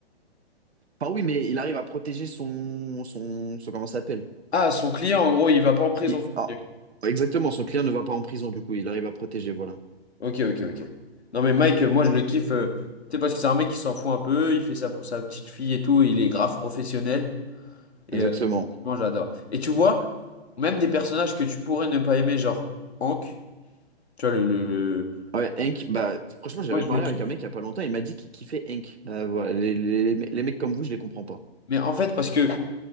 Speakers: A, on the right; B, on the left.
A: Enfin oui, mais il arrive à protéger son, son, son comment ça s'appelle?
B: Ah, son client, en gros, il va pas en prison.
A: Il-
B: son
A: ah,
B: client.
A: exactement, son client ne va pas en prison du coup, il arrive à protéger, voilà.
B: Ok, ok, ok. Non, mais Mike, euh, moi, je le kiffe. euh, tu sais, parce que c'est un mec qui s'en fout un peu. Il fait ça pour sa petite fille et tout. et il est grave professionnel. Et
A: Exactement.
B: euh, moi, j'adore. Et tu vois, même des personnages que tu pourrais ne pas aimer, genre Hank, tu vois, le, le, le-
A: Ouais, Hank, bah, franchement, j'avais
B: Moi, je
A: parlé
B: le kiffe.
A: avec un mec il y a pas longtemps, il m'a dit qu'il kiffait Hank. Bah, voilà, les, les- les- les mecs comme vous, je les comprends pas.
B: Mais en fait, parce que